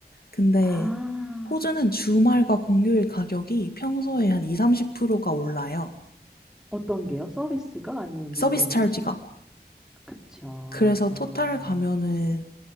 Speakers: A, on the left; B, in the centre.
A: 근데
B: 아,
A: 호주는 주말과 공휴일 가격이 평소에 한 2, 30%가 올라요.
B: 어떤 게요? 서비스가 아니면
A: 서비스
B: 물건이?
A: 찰지가.
B: 그쵸.
A: 그래서
B: 아,
A: 토탈 가면은